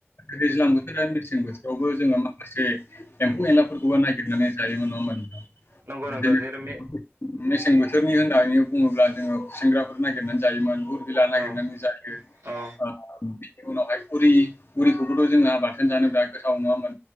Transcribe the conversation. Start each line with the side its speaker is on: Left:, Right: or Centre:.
Left: दैज्लां बोथोर आरो मेसें बोथोरावबो जोङो माखासे एम्फौ एनलाफोरखौबो नायगिरनानैबो जायोमोन नङा होनबा नोंथां
Right: नंगौ नंगौ
Left: जेनेबा
Right: जेरै
Left: मेसें बोथोरनि होननानै बुङोब्ला जोङो गुसेंग्राफोर नागिरनानै जायोमोन गुर बिला नागिरनानै
Right: औ
Left: जायो।
Right: औ
Left: ओ बिनि उरि उरिखौबोथ' जोंहा बाथोन जानो बिराद गोथाव नङा होमबा?